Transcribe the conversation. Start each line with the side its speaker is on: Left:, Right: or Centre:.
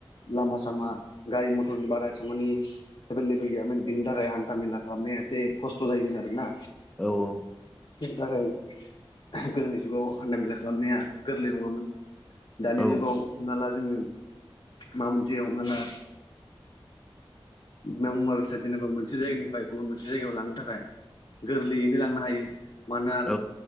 Left: लामा सामा गारि मथरनि बारा एसेबांमानि एभेलेबेल गैयामोन बिनि थाखाय हान्था मेला खालामनाया एसे खस्थ' जायोमोन आरोना
Centre: औ
Left: <inaudible> गोदोनि जुगाव हान्था मेला खालामनाया गोरलै नङामोन दानि
Centre: औ
Left: जुगाव हमना ला जोङो माबा मोनसे हमना ला बे मबाइल बेस जेनेबा मोनसे जायगानिफ्राय गुबुन मोनसे जायगायाव लांनो थाखाय गोरलैयैनो लांनो हायो मानोना
Centre: औ